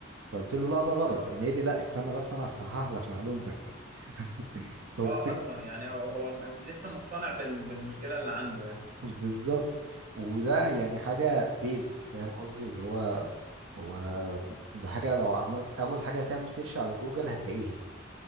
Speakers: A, on the right; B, on the right.
A: فقلت له لا ده غلط
B: اه
A: اما قال لي لا استنى بس انا هصحح لك معلومتك <laughs> فبت...
B: اه اصلا يعني هو هو م- لسه مقتنع بال- بالمشكله اللي عنده يعني
A: بالظبط وده يعني حاجه بيزك فاهم قصدي اللي هو هو ده حاجه لو عمل اول حاجه هتعمل سيرش على جوجل هتلاقيها